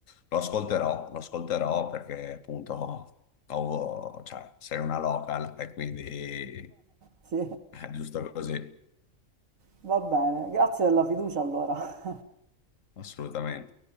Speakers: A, on the left; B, on the right.
A: lo ascolterò, lo ascolterò perché appunto ho- cioè, sei una local e quindi
B: Sì.
A: è giusto così,
B: Va bene, grazie della fiducia allora.
A: assolutamente.